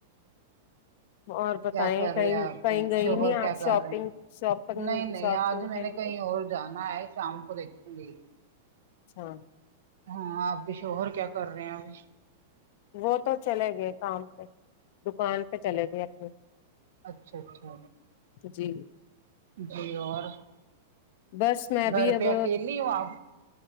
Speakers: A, on the left; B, on the right.
A: اور بتائیں
B: کیا کر رہے
A: کہیں
B: آپ
A: کہیں
B: کے
A: گئی
B: شوہر
A: نہیں
B: کیا
A: آج
B: کر
A: شاپنگ
B: رہے ہیں
A: شاپنگ
B: نہیں نہیں
A: شاپنگ
B: آج میں
A: کرنے
B: نے کہیں اور جانا ہے شام کو دہکھونگی
A: اچھا
B: ہاں آپ کے شوہر کیا کر رہے ہیں اب
A: وہ تو چلے گئے کام پہ دکان پہ چلے گئے اپنی
B: اچھا اچھا
A: جی
B: جی اور
A: بس میں
B: گھر
A: بھی اب
B: پہ اکیلی ہو آپ